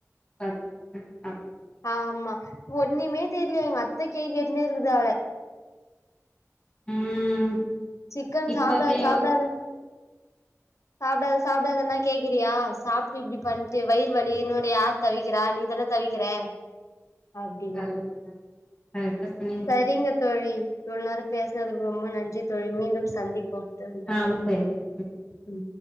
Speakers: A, on the left; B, on the left.
A: <inaudible>
B: ஆமா ஒன்னுமே தெர்ல எங்க அத்த கேழி கேட்ன்னே இருக்கு அவல
A: ம்
B: சிக்கன்
A: இப்பதே
B: சாப்டாத சாப்டாத
A: <inaudible>
B: சாப்டாத சாப்டாதனா கேக்கிறியா சாப்ட்டு இப்டி‌ பண்ட்டு வயிறு வலி இன்னோட யார் தவிக்கிறா நீ தான தவிக்கிறே அப்டின்னு
A: கரெக்ட் கரெக்டா சொன்னீங்க
B: சரிங்க
A: தோழி
B: தோழி இவ்ளோ நேரம் பேசனதுக்கு ரொம்ப நன்றி தோழி மீண்டும் சந்திப்போம் தோழி
A: அ செரிங்க
B: ம்